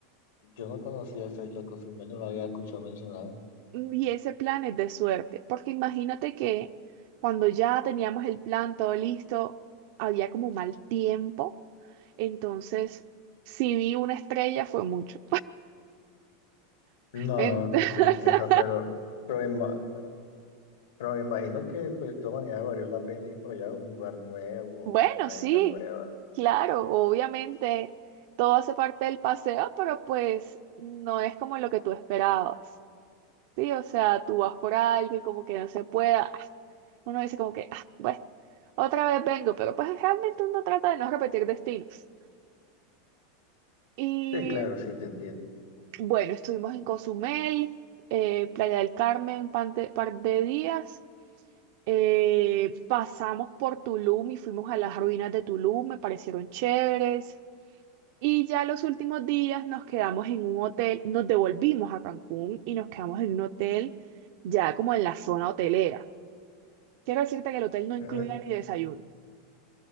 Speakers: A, on the left (about 85°); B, on the right (about 60°).
A: Yo no conocía esa isla Cozumel, no la había escuchado mencionar.
B: Y ese plan es de suerte, porque imagínate que cuando ya teníamos el plan todo listo, había como mal tiempo, entonces si vi una estrella fue mucho.
A: No,
B: <laughs> En- <laughs>
A: qué tristeza, pero, pero, ima- pero me imagino que pues de todas maneras valió la pena ir por allá a un lugar nuevo,
B: Bueno,
A: una
B: sí,
A: isla nueva.
B: claro, obviamente todo hace parte del paseo, pero pues no es como lo que tú esperabas. Sí, o sea, tú vas por algo y como que no se pueda. Uno dice como que, ah, bueno, otra vez vengo, pero pues realmente uno trata de no repetir destinos. Y
A: Sí, claro, sí, te entiendo.
B: bueno, estuvimos en Cozumel, eh, Playa del Carmen un pan de- par de, días. Eh, pasamos por Tulum y fuimos a las ruinas de Tulum, me parecieron chéveres. Y ya los últimos días nos quedamos en un hotel, nos devolvimos a Cancún y nos quedamos en un hotel ya como en la zona hotelera. Quiero decirte que el hotel no incluía
A: Mm,
B: ni desayuno.